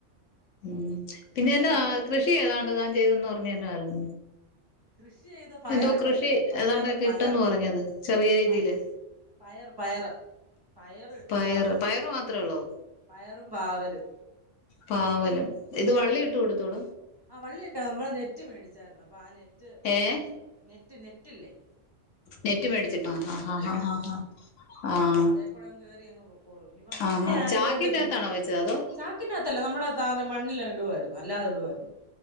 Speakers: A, on the left (about 75°); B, on the right (about 20°).
A: ഉം
B: പിന്നെ
A: പിന്നെന്നാ
B: വേറെ
A: കൃഷി ഏതാണ്ട് താൻ ചെയ്തെന്ന് പറഞ്ഞെ എന്നതായിരുന്നു
B: കൃഷി ചെയ്ത പയറൊക്കെ
A: എന്തൊ കൃഷി
B: ആയിരുന്നു പയറ്
A: ഏതാണ്ട് കിട്ടന്ന്
B: പയറ്
A: പറഞ്ഞാര്ന്ന് ചെറിയ
B: ഉം
A: രീതിയില്
B: പ പയറ് പയറ് പയറ് ഇട്ട്
A: പയറ്
B: പാവലിട്ട്
A: പയറ് മാത്രെ
B: ആ
A: ഉള്ളൊ
B: പയറും പാവലും
A: പാവലും ഇത് വള്ളി ഇട്ട് കൊടുത്തോട
B: ആഹ് വള്ളിയൊക്കെ നമ്മളെ നെറ്റ് മേടിച്ചാര്ന്ന് അപ്പൊ ആഹ് നെറ്റ് കൂടെ
A: ഏഹ്
B: നെറ്റ് നെറ്റില്ലെ
A: നെറ്റ് മേടിച്ചിട്ടാ ഹാ ഹാ
B: മേടിച്ചിട്ടു
A: ഹാ ഹാ ആഹ്
B: അപ്പൊ അതേ കൂടങ്ങ് കേറി അങ് പൊക്കോളും ഇനിപ്പ മഴ
A: ആഹാ
B: അയത്കൊണ്ട്
A: ചാക്കിന്റെ അകത്താണോ വെച്ചത് അതോ
B: ച ക്കിന്റ അകത്തല്ലെ നമ്മടെ തറ മണ്ണിലത് ഇടുവാര്ന്നു അല്ലാതിടുവാര്ന്നു